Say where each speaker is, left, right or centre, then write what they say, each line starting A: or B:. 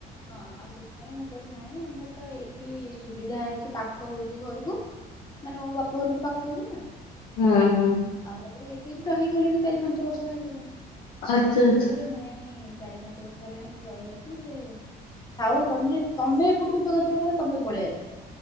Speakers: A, on the left; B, on the left.
A: ହଁ ଆଉ ସେଥିପାଇଁ ମୁଁ କହିଲି ନାହିଁ ଆମର ତ ଏଇଠି ସୁବିଧା ଅଛି ପାଖ ହଉଛି ଘରକୁ। ମାନେ ମୋ ବାପା ଘରକୁ ପାଖ ହଉଛି ନା।
B: ହୁଁ ହୁଁ
A: ଆଉ ତାପରେ ଏଠି ବି ଟା ହେଇଗଲେଣି ଚାରି ପାଞ୍ଚ ବର୍ଷ ହେଇଗଲେଣି। ତମ
B: ଆଚ୍ଛା
A: ସେଥିପାଇଁ
B: ଆଚ୍ଛା
A: କହିଲ ନାଇଁ ଚାରି ପାଞ୍ଚ ବର୍ଷ ହେଲାଣି ଏଠି ରହିଗଲିଣି ସେ ଆଉ ତମେ ତମେ ଏପଟକୁ ଯୋଗାଯୋଗ କ ତମେ ପଳେଇ ଆସ।